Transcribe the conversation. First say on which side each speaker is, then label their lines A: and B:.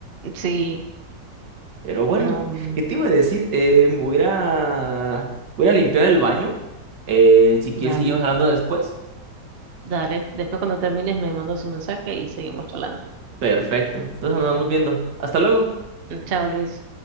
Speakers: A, on the right; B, on the right.
A: Sí,
B: Pero bueno,
A: no, no,
B: ¿qué te iba a decir? Eh, me voy a, ir a- voy a limpiar el baño. Eh, si quieres,
A: dale,
B: seguimos hablando después.
A: dale. Después cuando termines me mandas un mensaje y seguimos hablando.
B: Perfecto. Entonces nos vamos viendo. Hasta luego.
A: Chao, Luis.